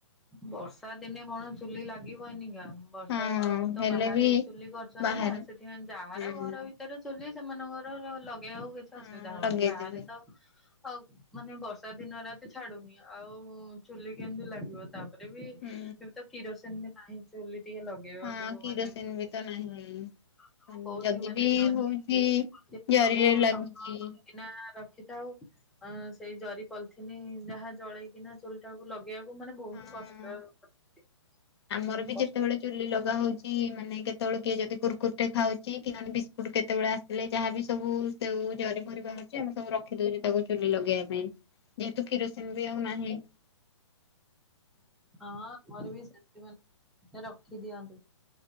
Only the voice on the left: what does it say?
ହଁ
ହେଲେ
ବି
ବାହାରେ
ହୁଁ
ହଁ
ଲଗେଇଦେବେ
ହୁଁ
ହଁ କିରୋସିନ
ବି
ତ ନାହିଁ। ଯଦି
ବି
ହଉଛି
ଜରିରେ
ଲାଗୁଛି
ହଁ
ଆମର ବି
ଯେତେବେଳେ ଚୁଲି ଲଗାହଉଚି ମାନେ କେତେବେଳେ କିଏ ଯଦି କୁୁରକୁରିଟେ ଖାଉଛି, କି ମାନେ ବିସ୍କୁଟ କେତେବେଳେ ଆସିଲେ ଯାହାବି ସବୁ ସେଉ ଜରି ଫରି ବାହାରୁଛି, ଆମେ ସବୁ ରଖି ଦଉଚୁ ତାକୁ ଚୁଲି ଲଗେଇବା ପାଇଁ। ଯେହେତୁ କିରୋସିନି ବି ଆଉ ନାହିଁ